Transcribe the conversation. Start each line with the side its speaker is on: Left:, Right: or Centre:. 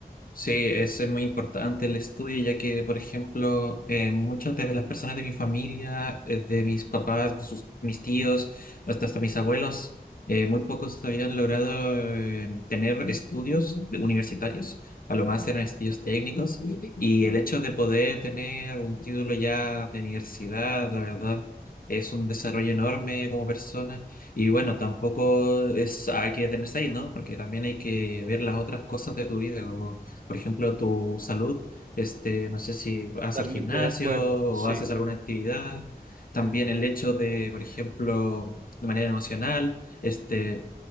Left: Sí, eso es muy importante el estudio, ya que, por ejemplo, eh, muchas de las personas de mi familia, eh, de mis papás, sus- mis tíos, hasta, hasta mis abuelos, eh, muy pocos habían logrado eh, tener estudios universitarios, a lo más eran estudios técnicos, y el hecho de poder tener un título ya de universidad, la verdad, es un desarrollo enorme como persona. Y bueno, tampoco es, hay que detenerse ahí, ¿no? Porque también hay que ver las otras cosas de tu vida, como por ejemplo, tu salud, este, no sé si vas
Right: Totalmente
Left: al gimnasio
Right: de acuerdo,
Left: o
Right: sí.
Left: haces alguna actividad, también el hecho de, por ejemplo, de manera emocional, este,